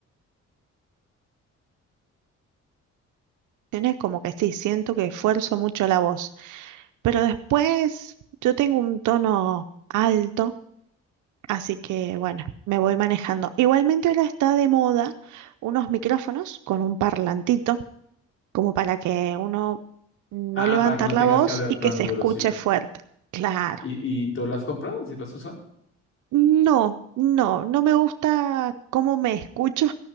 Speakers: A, on the right; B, on the left.
A: tienes como que sí, siento que esfuerzo mucho la voz, pero después yo tengo un tono alto. Así que bueno, me voy manejando. Igualmente ahora está de moda unos micrófonos con un parlantito, como para que uno no
B: Ah,
A: levantar
B: para que no
A: la
B: tengas
A: voz
B: que hablar
A: y
B: tan
A: que se
B: duro,
A: escuche
B: sí.
A: fuerte. Claro.
B: ¿Y, y tú lo has comprado? ¿Sí lo has usado?
A: No, no, no me gusta cómo me escucho